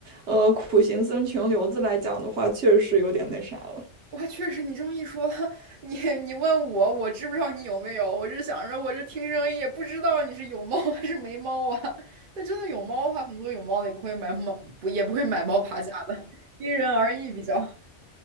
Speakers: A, on the right; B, on the right.
A: 呃，苦行僧穷流子来讲的话，确实是有点那啥了。
B: 哇，确实，你这么一说，<laughs> 你你问我，我知不知道你有没有？我是想着，我这听声音也不知道你是有猫还是没猫啊。<laughs> 但真的有猫的话，很多有猫的也不会买猫，不也不会买猫爬架的，因人而异比较。